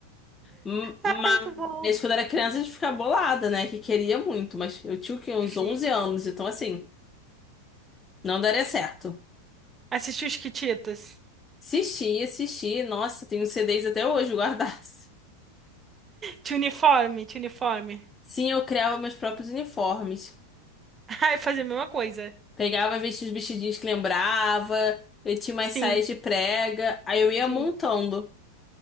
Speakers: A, on the left; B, on the right.
A: M-
B: Ai, muito bom.
A: Mas quando era criança a gente ficava bolada, né? Que queria muito, mas eu tinha o quê? uns
B: Fica.
A: 11 anos, então assim, não daria certo.
B: Assistiu os Kititas.
A: Assisti, assisti. Nossa, tenho CDs até hoje guardados.
B: Tinha uniforme, tinha uniforme.
A: <laughs> Sim, eu criava meus próprios uniformes.
B: <laughs> Ai, fazia a mesma coisa.
A: Pegava vestia os vestidinhos que lembrava, eu tinha umas
B: Sim,
A: saias de prega, aí eu ia
B: sim.
A: montando.